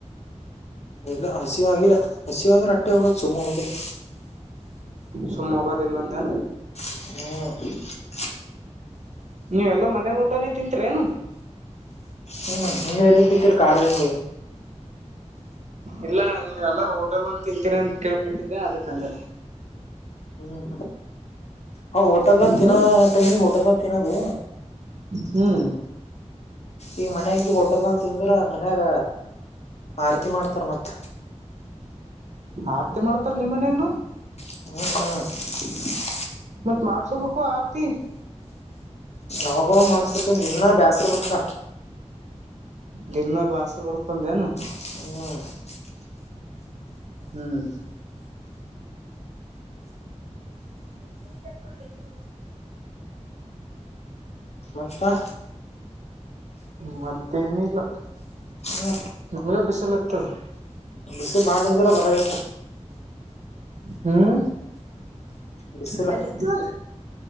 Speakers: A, on the left; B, on the right.
A: ಇಲ್ಲ ಹಸಿವ ಆಗಲ್ಲ ಹಸಿವ ಆದ್ರೆ ಅಟ್ಟೆ ಹೋಗೋದು ಸುಮ್ ಹೋಗೋದಿಲ್ಲ
B: ಸುಮ್ ಹೋಗುವುದಿಲ್ಲ ಅಂದೇ
A: ಹ್ಮ
B: ನೀವೆ ಎಲ್ಲ ಮನೇನ ಊಟನೇ ತಿಂತಿರೇನು
A: ಹ್ಮ್ ಹ್ ಎಲ್ಲಿಂತಿದ್ರರು ಕಾಡ್ದಂಗ
B: ಇಲ್ಲ ನೀವ ಎಲ್ಲಾರ ಹೋಟೆಲ್ನ್ ತಿಂತೀರ ಅಂತ ಕೇಳ್ಪಟ್ಟಿದ್ದೆ ಅದಕ್ಕಂದ
A: ಹ್ಮ್ ಹ ಹೋಟೆಲ್ ತಿನ್ನೋ
B: ಹ್ಮ್
A: ಟೈಮಿಗೆ ಹೋಟೆಲದಾಗ ತಿನ್ನೂದು
B: ಹ್ಮ್
A: ಈಗ ಮನ್ಯಾಗ್ದು ಹೋಟೆಲ್ ಅನ್ ತಿಂದ್ರ ಮನ್ಯಾಗ ಆರತಿ ಮಾಡ್ತಾರ ಮತ್ತ
B: ಆರತಿ ಮಾಡ್ತಾರ ನಿಮ್ಮ ಮನ್ಯಾಗನು
A: ಹ್ಮ ಹ
B: ಮತ್ತ ಮಾಡಸಕೋಬೇಕು ಆರ್ತಿ
A: ಆವಾಗಾವಾಗ ಮಾಡಿಸ್ಕೋತನಪ್ಪ ದಿನ್ನ ಬ್ಯಾಸ್ರ ಬರ್ತಾಪಾ
B: ದಿನ ಬಾಸ್ರ ಬರ್ತಂದ ಅದೇ ಏನು
A: ಹ್ಮ್
B: ಹ್ಮ್ ಕೂಡ್ತ ಕೊಟ್ಟೇವಿ
A: ಹಪ್ಪ
B: ಮತ್ತೇನ ಇಲ್ಲ
A: ಹ್ಮ
B: ನಮಗೆ ಬಿಸಲ ಆಗ್ತದೆ
A: ಬಿಸಿರ್ ಬಾಳಿಂದಿರ ಬರಾಗತ್ತ
B: ಹ್ಮ್
A: ಬಿಸಿಲ
B: ಅಲ್ಲಿ ತು ಅ